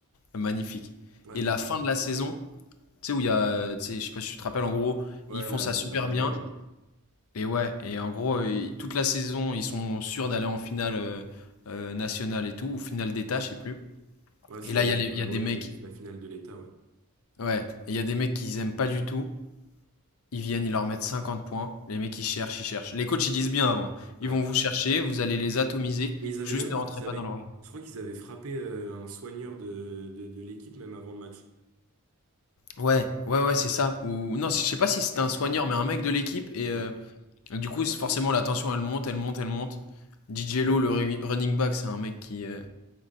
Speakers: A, on the left; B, on the right.
A: magnifique.
B: Ouais,
A: Et la fin de la saison, tu sais, où il y a, euh, tu sais, je sais pas si tu te rappelles, en gros,
B: ouais,
A: ils font
B: la,
A: ça
B: la,
A: super
B: la bagarre,
A: bien.
B: ouais.
A: Et ouais, et en gros, euh, toute la saison, ils sont sûrs d'aller en finale euh, euh, nationale et tout, ou finale d'État, je sais plus.
B: Ouais, c'est
A: Et là,
B: euh,
A: il y a, les- il y a des
B: ouais,
A: mecs,
B: la finale de l'État, ouais.
A: ouais, et il y a des mecs qu'ils aiment pas du tout, Ils viennent, ils leur mettent 50 points. Les mecs, ils cherchent, ils cherchent. Les coachs, ils disent bien avant.
B: Ouais.
A: Ils vont vous chercher, vous allez les atomiser.
B: Mais ils avaient
A: Juste
B: même,
A: ne rentrez
B: ils
A: pas
B: avaient,
A: dans leur jeu.
B: je crois qu'ils avaient frappé euh, un soigneur de, de, de l'équipe même avant le match.
A: Ouais, ouais, ouais, c'est ça. Ou non, je sais pas si c'était
B: <clears throat>
A: un soigneur, mais un mec de l'équipe. Et
B: Ouais.
A: euh, du coup, c'est- forcément, la tension, elle monte, elle monte, elle monte. DJ Lo, le ru- running back, c'est un mec qui, euh,